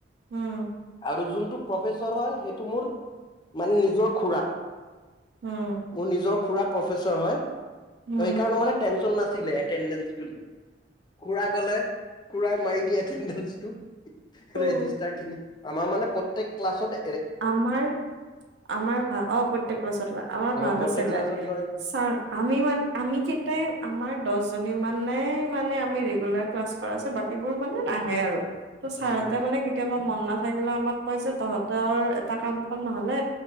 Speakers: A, on the right; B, on the left.
A: উম
B: আৰু যোনটো। ম নিৰ খ
A: উম
B: মোৰ নিজৰ খুৰা প্ৰে হয়
A: উম
B: ত সেইকাৰণে মানে টেনশ্যন নাছিল ড খুৰা গলে খুৰাই মাৰি দিয়ে এটেডেটো
A: উম।
B: ৰেজিষ্টাৰ খিনি আমাৰ মানে প্ৰতেক ক্লছতে
A: আমাৰ আমাৰ ভা অ প্ৰত্যেক ল আমাৰ
B: অ
A: ভাল
B: প্ৰত্যেক
A: আছিলে
B: ক্লাছত লয়
A: চ আমি মান আমি কেইটাই আমাৰ দহজনী মান মানে মানে আমি ৰেগুলাৰ ক্লাছ কৰাছো বাকীবোৰ মানে নাহে আৰু ত ছাৰহঁতে
B: উম
A: মানে কেতিয়াবা মন নাচ থাকিলে আমাক কয় যে তহঁত তৰ এটা কাম কাম নহ'লে